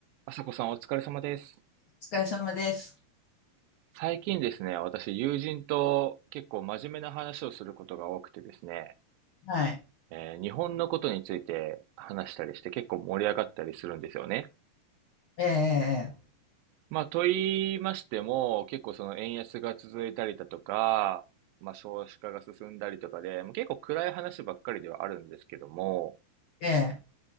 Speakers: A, on the right; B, on the left.
A: 朝子さんお疲れ様です。
B: お疲れ様です。
A: 最近ですね、私友人と結構真面目な話をすることが多くてですね、
B: はい。
A: えー日本のことについて話したりして結構盛り上がったりするんですよね。
B: ええ、
A: まあ、と言いましても、結構その円安が続いたりだとか、まあ、少子化が進んだりとかで、もう結構暗い話ばっかりではあるんですけども、
B: ええ、ええ、